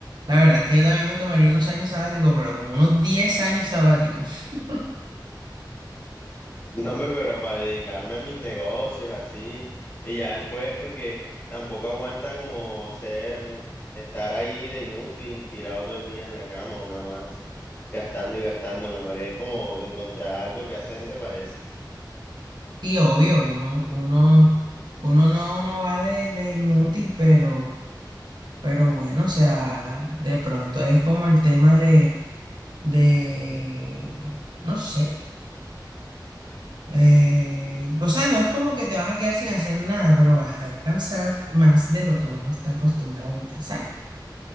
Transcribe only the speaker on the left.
No me, pero para dedicarme a mis negocios así. Y ya después, porque tampoco aguanta como ser, estar ahí de inútil, tirado todo el día en la cama o nada más, gastando y gastando. Mejor es como encontrar algo que hacer, ¿no te parece?